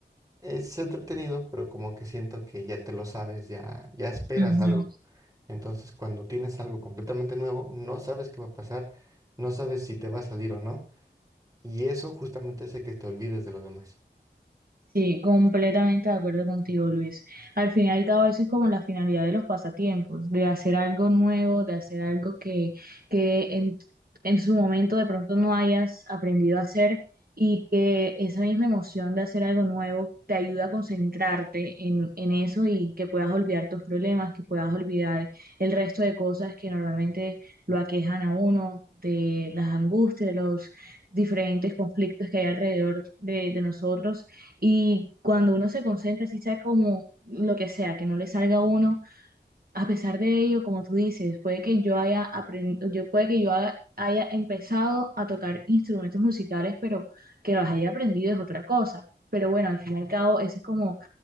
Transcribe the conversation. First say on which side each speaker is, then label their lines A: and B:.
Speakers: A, on the right; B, on the right.
A: es entretenido, pero como que siento que ya te lo sabes, ya, ya esperas
B: ujú,
A: algo.
B: ujú.
A: Entonces, cuando tienes algo completamente nuevo, no sabes qué va a pasar, no sabes si te va a salir o no, y eso justamente hace que te olvides de lo demás.
B: Sí, completamente de acuerdo contigo, Luis. Al fin y al cabo, eso es como la finalidad de los pasatiempos, de hacer algo nuevo, de hacer algo que, que en, en su momento de pronto no hayas aprendido a hacer y que esa misma emoción de hacer algo nuevo te ayuda a concentrarte en, en eso y que puedas olvidar tus problemas, que puedas olvidar el resto de cosas que normalmente lo aquejan a uno, de las angustias, de los diferentes conflictos que hay alrededor de, de nosotros y cuando uno se concentra, si sea como lo que sea, que no le salga a uno, a pesar de ello, como tú dices, puede que yo haya aprendido, yo puede que yo ha- haya empezado a tocar instrumentos musicales, pero que los haya aprendido es otra cosa. Pero bueno, al fin y al cabo, eso es como,